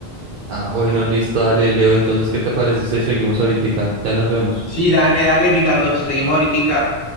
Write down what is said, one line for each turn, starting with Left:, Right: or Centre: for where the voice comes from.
Right: Ah, bueno, listo, dale, Leo. Entonces, ¿qué te parece si seguimos ahorita? Ya nos vemos.
Left: Sí, dale, dale, Ricardo, seguimos ahorita.